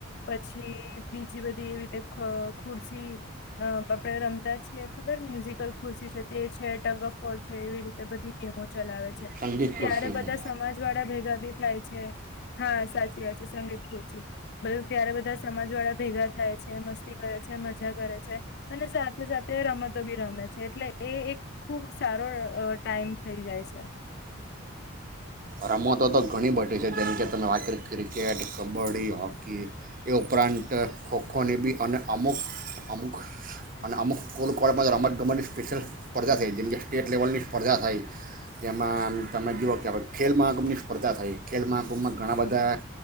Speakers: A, on the left; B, on the right.
A: પછી બીજી બધી એવી રીતે ખુરશી આપડે રમતા છીએ ખબર મ્યુઝિકલ ખુરશી છે તે છે ટગ ઓફ વોર છે એવી રીતે બધી ગેમો ચલાવે છે
B: સંગીત
A: તો
B: ખુરશીની
A: ત્યારે બધા સમાજ વાળા ભેગા ભી થાય છે હા સાચી વાત છે સંગીત ખુર છે બધ ત્યારે બધા સમાજ વાળા ભેગા થાય છે મસ્તી કરે છે મજા કરે છે અને સાથે સાથે રમતો બી રમે છે એટલે એ એક ખૂબ સારો ટાઈમ થઈ જાય છે
B: રમતો તો ઘણી બધી છે જેમકે તમે વાત કરી ક્રિકેટ કબડ્ડી હોકી એ ઉપરાંત ખોખોની બી અને અમુક અમુક અને અમુક સ્ૂલ કૉલેજ રમત ગમતની સ્પેશિયલ સ્પર્ધા થઈ જેમ કે સ્ટેટ લેવલની સ્પર્ધા થઈ જેમાં તમે જુઓ કે ખેલ મહાકુંભની સ્પર્ધા થઈ ખેલ મહાકુંભમાં ઘણા બધા